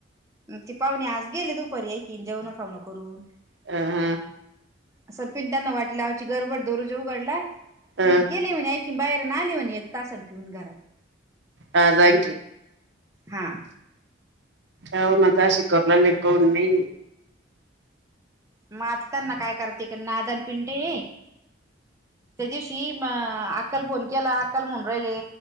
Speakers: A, on the right; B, on the right.
A: ते पाहुणे आज गेले दुपारी एकऐ की जेवण खाऊ न करून
B: अ हा
A: अस पिंटताना वाटला आवची गरबड दोरजे उघडला
B: अ
A: ती गेले म्हणे की बाहेर ना आले म्हणे एक तासन पिऊन घरात
B: हगत
A: हा
B: हऊ न जा शिकरला लकन नाही
A: म आता त्यांना काय करते का नादन पिंडे त्या दिवशी म अक्कल फोन केला अक्काल म्हून राहिले